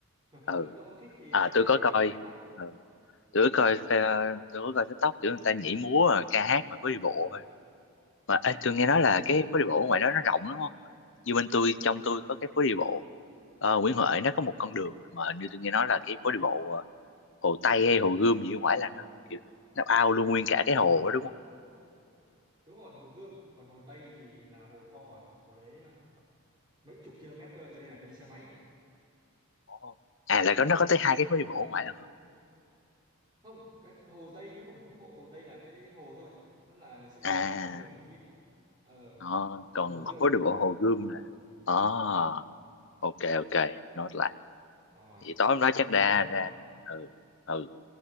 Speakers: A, on the left; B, on the right.
A: à,
B: Nếu
A: ừ
B: mà ông thích thì
A: à
B: ông có
A: tôi
B: thể
A: có coi
B: vào đấy hóng
A: ừ. tôi có coi phe- tôi có coi TikTok kiểu người ta nhảy múa rồi ca hát mà phố đi bộ thôi mà ê, tôi nghe nói
B: ừ.
A: là cái phố đi bộ ở ngoài đó nó rộng lắm không như bên tôi trong tôi có cái phố đi bộ ờ, Nguyễn Huệ nó có một con đường mà hình như tôi nghe nói là cái phố đi bộ ờ, Hồ Tây hay Hồ Gươm gì ở ngoài là nó kiểu nó ao luôn nguyên cả cái hồ đó đúng không
B: đúng rồi Hồ Gươm còn Hồ Tây thì là hồ to rồi hồ đấy à, mấy chục km cơ cho nên là phải đi xe máy
A: Ồ. à là có nó có tới hai cái phố đi bộ ở ngoài là hả
B: không cái Hồ Tây nó không phải phố đi bộ Hồ Tây là cái hồ thôi nó là sẽ là
A: à
B: những con đường đi ấy ờ
A: ờ,
B: còn
A: còn
B: Hồ Gươm
A: phố
B: mới
A: đi
B: là
A: bộ
B: phố đi
A: Hồ
B: bộ
A: Gươm là ờ ok ok nốt lại
B: rồi
A: thì tối hôm
B: xong
A: đó chắc
B: ngày
A: đa
B: thứ nhất đúng
A: ra
B: không
A: ừ ừ